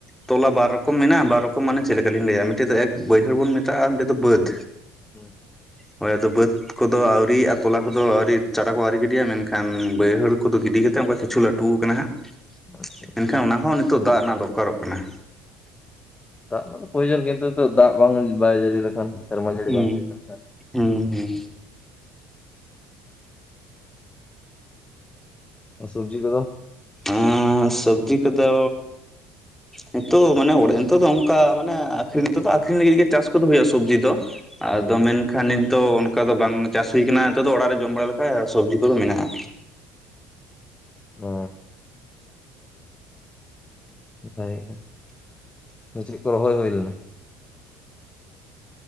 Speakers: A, in the centre; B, on the left (about 20°).
A: ᱛᱚᱞᱟ ᱵᱟᱨ ᱨᱚᱠᱚᱢ ᱢᱮᱱᱟᱜᱼᱟ ᱵᱟᱨ ᱨᱚᱠᱚᱢ ᱢᱟᱱᱮ ᱪᱮᱫ ᱞᱮᱠᱟᱞᱤᱧ ᱞᱟᱹᱭᱟ ᱢᱤᱫᱴᱮᱡ ᱫᱚ ᱮᱠ ᱵᱟᱹᱭᱦᱟᱹᱲ ᱵᱚᱱ ᱢᱮᱛᱟᱜᱼᱟ ᱟᱨ ᱢᱤᱫᱴᱮᱡ ᱫᱚ ᱵᱟᱹᱫᱽ
B: <unintelligible>
A: ᱦᱳᱭ ᱟᱫᱚ ᱵᱟᱹᱫᱽ ᱠᱚᱫᱚ ᱟᱹᱣᱨᱤᱭᱟᱜᱼᱟ ᱛᱚᱞᱟ ᱠᱚᱫᱚ ᱟᱹᱣᱨᱤ ᱪᱟᱨᱟ ᱠᱚ ᱟᱹᱣᱨᱤ ᱜᱤᱰᱤᱜᱼᱟ ᱢᱮᱱᱠᱷᱟᱱ ᱵᱟᱹᱭᱦᱟᱹᱲ ᱠᱚᱫᱚ ᱜᱤᱰᱤ ᱠᱟᱛᱮᱫ ᱚᱱᱠᱟ ᱠᱤᱪᱷᱩ ᱞᱟᱹᱴᱩ ᱠᱟᱱᱟ ᱦᱟᱸᱜ᱾
B: ᱟᱪᱪᱷᱟ
A: ᱢᱮᱱᱠᱷᱟᱱ ᱚᱱᱟᱦᱚᱸ ᱱᱤᱛᱚᱜ ᱫᱟᱜ ᱨᱮᱱᱟᱜ ᱫᱚᱨᱠᱟᱨᱚᱜ ᱠᱟᱱᱟ
B: ᱫᱟᱜ <unintelligible> ᱯᱚᱭᱡᱚᱱ ᱠᱤᱱᱛᱩ ᱫᱟᱜ ᱵᱟᱝ ᱵᱟᱭ ᱡᱟᱹᱲᱤ ᱞᱮᱠᱷᱟᱱ ᱥᱮᱨᱢᱟ ᱡᱟᱹᱲᱤ
A: ᱦᱩᱸ
B: ᱵᱟᱝ <unintelligible> ᱞᱮᱠᱷᱟᱱ
A: ᱦᱩᱸ ᱦᱩᱸ
B: ᱥᱚᱵᱽᱡᱤ ᱠᱚᱫᱚ?
A: <unintelligible> ᱥᱚᱵᱽᱡᱤ ᱠᱚᱫᱚ ᱱᱤᱛᱚᱜ ᱢᱟᱱᱮ <unintelligible> ᱱᱤᱛᱚᱜ ᱫᱚ ᱚᱱᱠᱟ ᱢᱟᱱᱮ ᱟᱠᱷᱨᱤᱧ ᱱᱤᱛᱚᱜ ᱫᱚ ᱟᱠᱨᱤᱧ ᱞᱟᱹᱜᱤᱫ ᱜᱮ ᱪᱟᱥ ᱠᱚᱫᱚ ᱦᱩᱭᱩᱜᱼᱟ, ᱥᱚᱵᱽᱡᱤ ᱫᱚ᱾
B: ᱦᱩᱸ
A: ᱟᱫᱚ ᱢᱮᱱᱠᱷᱟᱱ ᱱᱤᱛ ᱛᱚ ᱚᱱᱠᱟ ᱫᱚ ᱵᱟᱝ ᱪᱟᱥ ᱦᱩᱭ ᱠᱟᱱᱟ ᱱᱤᱛᱚᱜ ᱫᱚ ᱚᱲᱟᱜ ᱨᱮ ᱡᱚᱢ ᱵᱟᱲᱟ ᱞᱮᱠᱟ ᱥᱚᱵᱽᱡᱤ ᱠᱚᱫᱚ ᱢᱮᱱᱟᱜᱼᱟ᱾
B: ᱚᱻ ᱱᱟᱯᱟᱭ ᱜᱮ <inaudible> ᱠᱚ ᱨᱚᱦᱚᱭ ᱦᱩᱭ ᱞᱮᱱᱟ?